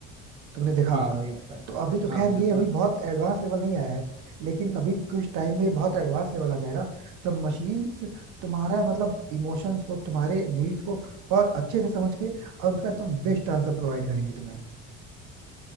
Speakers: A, on the right; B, on the right.
A: तुमने देखा होगा
B: हाँ वही होता है
A: तो अभी तो
B: हाँ
A: खैर
B: बिल्कुल
A: ये अभी
B: अच्छा।
A: बहुत एडवांस लेवल नहीं आया है लेकिन अभी कुछ टाइम में बहुत एडवांस लेवल आ जाएगा जब मशीन तुम्हारा मतलब इमोशंस को तुम्हारे नीड्स को बहुत अच्छे से समझ के और उसका एकदम बेस्ट आंसर प्रोवाइड करेंगी तुम्हें